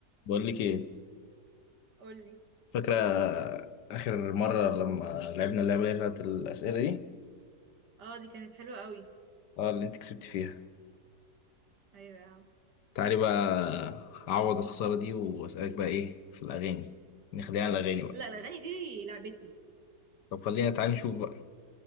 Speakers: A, on the left; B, on the right.
A: بقول لك ايه
B: قولي
A: فاكره اخر مره لما لعبنا اللعبه اللي هي بتاعت الاسئله دي
B: اه دي كانت حلوة قوي
A: اه اللي انت كسبت فيها
B: ايوه يا عم
A: تعالي بقى اعوض الخساره دي واسالك بقى ايه في الاغاني نخليها على الاغاني بقى
B: لا الاغاني دي لعبتي
A: طب خلينا تعالي نشوف بقى